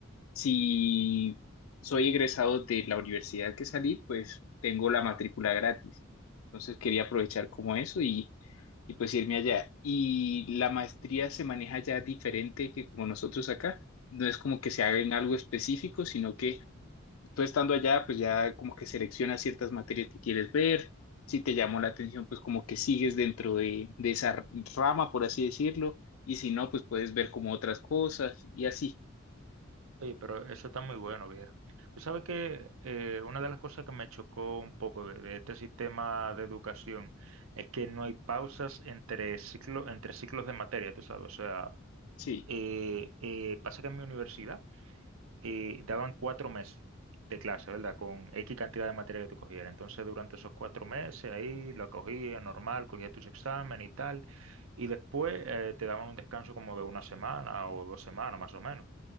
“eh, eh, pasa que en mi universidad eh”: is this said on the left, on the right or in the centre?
Right